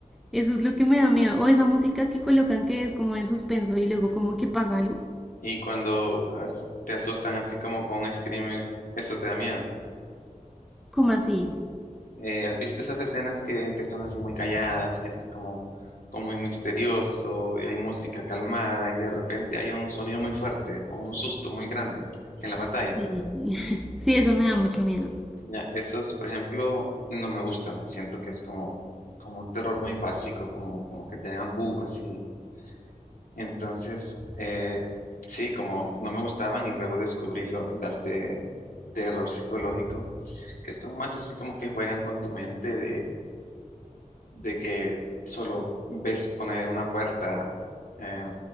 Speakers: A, in the centre; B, on the left.
A: eso es lo que me da miedo. O esa música que colocan que es como de suspenso y luego como que pasa algo.
B: Y cuando as- te asustan así como con un screamer, eso te da miedo.
A: Como así.
B: Eh, ¿has visto esas escenas que, que son así muy calladas y así como, como muy misterioso y hay música calmada y de repente hay un sonido muy fuerte o un susto muy grande en la pantalla?
A: Sí. <laughs> Sí, eso me da mucho miedo.
B: Ya, esos, por ejemplo, no me gustan. Siento que es como, como un terror muy básico, como, como que te hagan bu así. Entonces, eh, sí, como no me gustaban y luego descubrí lo- las de terror psicológico, que son más así como que juegan con tu mente de de que solo ves poner una puerta, eh,